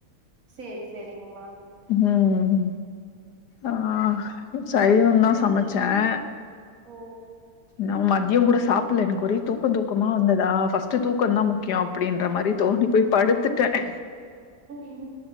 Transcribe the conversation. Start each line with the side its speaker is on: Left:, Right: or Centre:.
Right: செரி செரிங்கம்மா
Left: ம் ஆஹ் சைவம் தான் சமைச்சேன்
Right: ஓ
Left: நான் மதியம் கூட சாப்பிடல எனக்கு தூக்கம் தூக்கமா வந்ததா பர்ஸ்ட் தூக் தூக்கம் தூக்கம் தான் முக்கியம் அப்படின்ற மாதிரி தோண்டி போய் படுத்துட்டேன்
Right: உம்